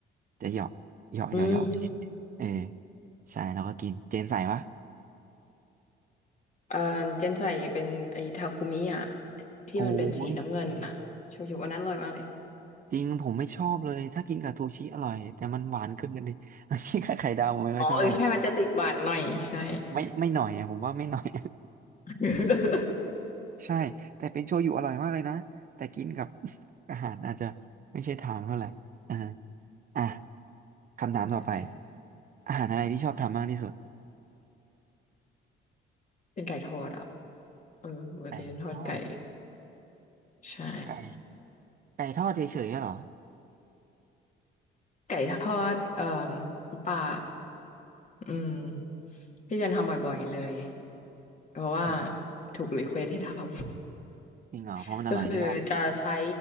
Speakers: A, on the right; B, on the left.
A: จะเหยาะเหยาะเหยาะเหยาะไปเรื่อยๆเออ
B: อืม
A: ใช่แล้วก็กิน เจนใส่ปะ
B: เอ่อเจนใส่เป็นไอ้ทาคุมิอ่ะที่มันเป็นสีน้ำเงินอ่ะโชยุอันนั้นอร่อยมากเลย
A: โอ้ จริงผมไม่ชอบเลยถ้ากินกับซูชิอร่อยแต่มันหวานเกินดิ <laughs> กินกับไข่ดาวผมไม่ค่อยชอบอะไร
B: อ๋อเออใช่มันจะติดหวานหน่อยใช่
A: ไม่ไม่หน่อยอ่ะผมว่าไม่หน่อย
B: <laughs>
A: <laughs> ใช่แต่เป็นโชยุอร่อยมากเลยนะแต่กินกับ <laughs> อาหารอาจจะไม่ใช่ทางเท่าไหร่อ่าอ่ะคำถามต่อไป
B: เข้าใจได้
A: อาหารอะไรที่ชอบทำมากที่สุด
B: เป็นไก่ทอดอ่ะเออปกติฉันทอดไก่
A: ไก่ทอด
B: ใช่
A: ไก่ไก่ทอดเฉยๆอะเหรอ
B: ไก่ทอดเอ่อน้ำปลาอืมที่จะทำบ่อยๆเลยเพราะว่า
A: อืม
B: ถูกรีเควสให้ทำ
A: จริงเหรอเพราะมันอร่อยใช่ป่ะ
B: <laughs> คือจะใช้